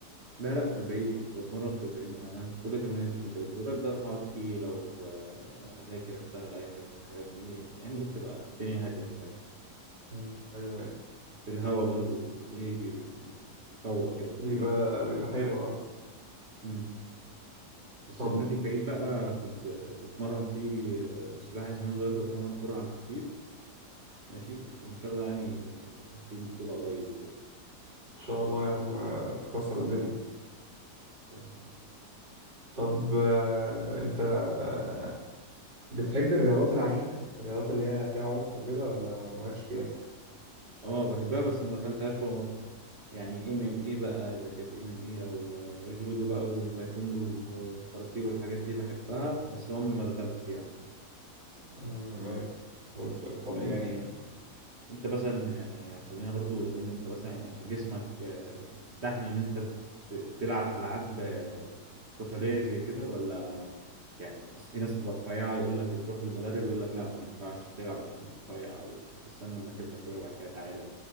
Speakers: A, on the right; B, on the right.
A: لا لا في البعيد كنت بتمرن في البعيد يعني انا كل تمريناتي في البعيد القريب ده اروح اقعد فيه لو آه، اذاكر اشتغل اي حاجه في الحاجات دي يعني إيه، بتبقى الدنيا هاديه شويه
B: امم ايوه ايوه
A: في الهوا برضو ايه بي- بيفوق كده البني
B: بيبقى
A: ادم
B: بيبقى حلو اه
A: مم. بس
B: طب
A: النادي البعيد بقى كنت بتمرن فيه آه، سباحه زمان دلوقتي بتمرن كوره على الخفيف ماشي وان شاء الله يعني داخلين بطوله قريب وكده
B: ان شاء الله يا عم آه، تكسر الدنيا
A: ان شاء الله
B: طب آه، انت آه، بتحب الرياضات العنيفه الرياضات اللي هي فيها عنف وكده ولا مالكش فيها
A: اه بحبها بس ما دخلتهاش ولا مرة يعني ام ام اي بقى اذا كانت ام ام اي او آه، جودو بقى وتايكوندو وكاراتيه والحاجات دي بحبها بس عمري ما دخلت فيها
B: امم ايوه بص- طب
A: فإن-
B: يعني
A: انت مثلا يعني خلينا برضو نقول انت مثلا جسمك آه، يستحمل ان انت ت- تلعب العاب آه، قتالية زي كده ولا يعني بس في ناس تبقى رفيعة يقول لك تروح لمدرب يقول لك لا ما ينفعش تلعب عشان رفيع أو استنى أما تملى شوية وبعد كده تعالى